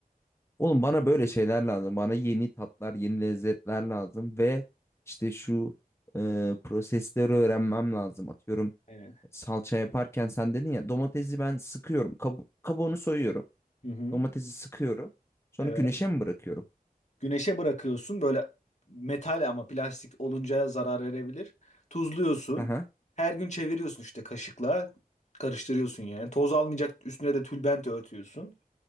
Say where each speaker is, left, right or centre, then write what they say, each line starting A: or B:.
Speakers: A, on the left (about 15°); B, on the left (about 50°).
A: Oğlum bana böyle şeyler lazım. Bana yeni tatlar, yeni lezzetler lazım ve işte şu e, prosesleri öğrenmem lazım. Atıyorum
B: Aynen.
A: salça yaparken sen dedin ya domatesi ben sıkıyorum. Kab- kabuğunu soyuyorum.
B: Hı hı.
A: Domatesi sıkıyorum. Sonra
B: Evet.
A: güneşe mi bırakıyorum?
B: Güneşe bırakıyorsun böyle metal ama plastik olunca zarar verebilir. Tuzluyorsun.
A: Aha.
B: Her gün çeviriyorsun işte kaşıkla. Karıştırıyorsun yani. Toz almayacak üstüne de tülbent örtüyorsun.